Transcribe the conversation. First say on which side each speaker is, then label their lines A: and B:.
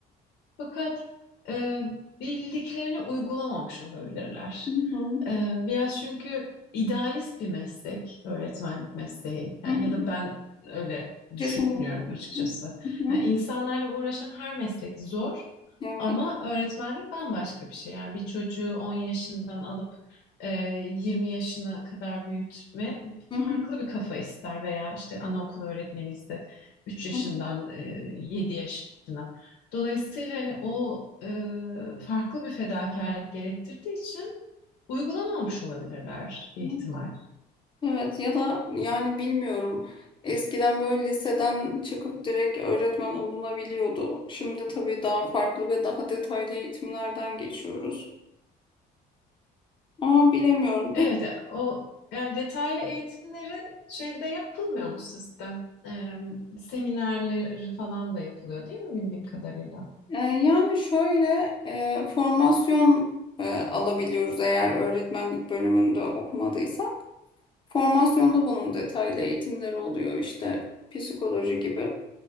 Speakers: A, on the left (about 80°); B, on the left (about 30°).
A: Fakat e, bildiklerini uygulamamış olabilirler.
B: hı hı,
A: E, biraz çünkü idealist bir meslek, öğretmenlik mesleği. Yani
B: hı hı.
A: ya da ben öyle düşünüyorum
B: Kesinlikle.
A: açıkçası.
B: Hı hı.
A: Yani insanlarla uğraşan her meslek zor
B: Evet.
A: ama öğretmenlik bambaşka bir şey. Yani bir çocuğu 10 yaşından alıp e, 20 yaşına kadar büyütme farklı
B: Hı hı.
A: bir kafa ister veya işte anaokulu öğretmeni ise üç yaşından
B: Hı
A: e, 7 yaşına. Dolayısıyla hani o e, farklı bir fedakarlık gerektirdiği için uygulamamış olabilirler bir
B: hı.
A: ihtimal.
B: Evet ya da yani bilmiyorum. Eskiden böyle liseden çıkıp direkt öğretmen olunabiliyordu. Şimdi tabii daha farklı ve daha detaylı eğitimlerden geçiyoruz. Ama bilemiyorum. Pek
A: Evet, e, o yani detaylı eğitimlerin şeyde yapılmıyor mu sizde? E, seminerleri falan da yapılıyor değil mi bildiğim kadarıyla?
B: e, yani şöyle e, formasyon e, alabiliyoruz eğer öğretmenlik bölümünde okumadıysa. Formasyonda bunun detaylı eğitimleri oluyor işte psikoloji gibi.